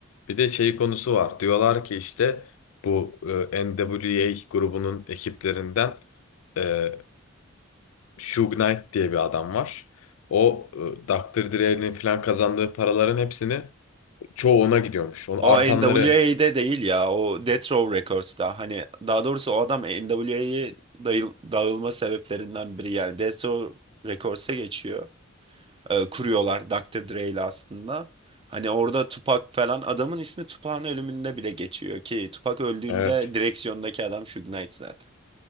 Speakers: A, on the left (about 75°); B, on the right (about 25°).
A: Bir de şey konusu var. Diyorlar ki işte bu e, NWA grubunun ekiplerinden e, Suge Knight diye bir adam var. O e, Dr. Dre'nin falan kazandığı paraların hepsini çoğu ona gidiyormuş. Onu
B: O
A: artanları.
B: NWA'de değil ya. O Death Row Records'da. Hani daha doğrusu o adam NWA'ye dağılma sebeplerinden biri yani. Death Row Records'a geçiyor. Ee, kuruyorlar Doktor Dre ile aslında. Hani orada Tupac falan adamın ismi Tupac'ın ölümünde bile geçiyor ki Tupac öldüğünde
A: Evet,
B: direksiyondaki adam Suge Knight zaten.